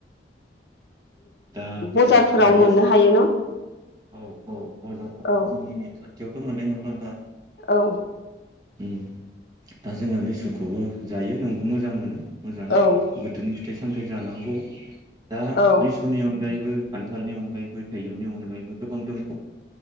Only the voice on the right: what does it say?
दा बे
ओ लिसु
औ औ मोजांथार बोथोरनि
थाखा बेयावथ मोन्नाय नंला दा
उम दा जोङो लिसुखौबो जायो नोंबो मोजां मोनो मोजां
बोथोरनि फिथाइ सा सामथाइ जानांगौ दा
लिसु नि अनगायैबो खान्थालनि अनगायैबो थाइजौनि अनगायैबो गोबां दंख